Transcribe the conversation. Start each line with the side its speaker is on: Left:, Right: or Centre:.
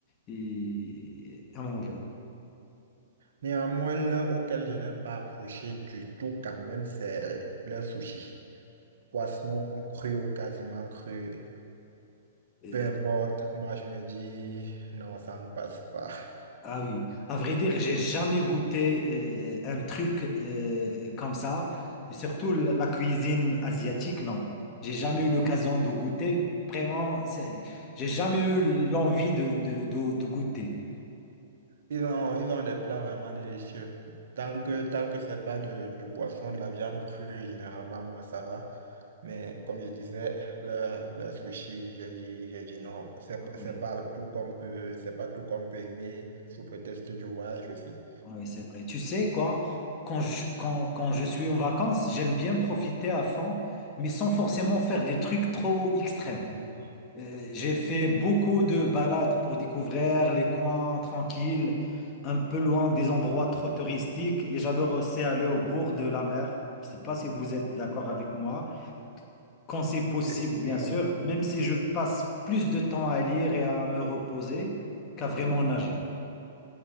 Left: et, à manger.
Right: néanmoins, l'un auquel je n'ai pas accroché du tout quand même, c'est le sushi. Poisson cru ou quasiment cru,
Left: Euh,
Right: peu importe, moi je me dis non, ça ne passe pas.
Left: Ah oui, à vrai dire, j'ai jamais goûté euh, un truc euh, comme ça, et surtout la la cuisine asiatique, non. J'ai jamais eu l'occasion de goûter, vraiment, c'est- j'ai jamais eu l'envie de, de, de, de goûter.
Right: Ils ont, ils ont des plats vraiment délicieux. Tant que, tant que c'est pas de- du poisson, de la viande crue, généralement, moi, ça va. Mais comme je disais, le, le sushi, j'ai dit, j'ai dit non. C'est,
Left: Ah
Right: p-
Left: Oui,
Right: c'est pas tout qu'on peut, c'est pas tout qu'on peut aimer sous prétexte du voyage aussi.
Left: Ah oui, c'est vrai. Tu sais quoi, quand je, quand, quand je suis en vacances, j'aime bien profiter à fond, mais sans forcément faire des trucs trop extrêmes.
Right: Mm.
Left: Euh, J'ai fait beaucoup de balades pour découvrir les coins tranquilles, un peu loin des endroits trop touristiques, et j'adore aussi aller au bord de la mer. Je sais pas si vous êtes d'accord avec moi. Quand c'est possible,
Right: Et-
Left: bien
Right: également.
Left: sûr, même si je passe plus de temps à lire et à me reposer qu'à vraiment nager.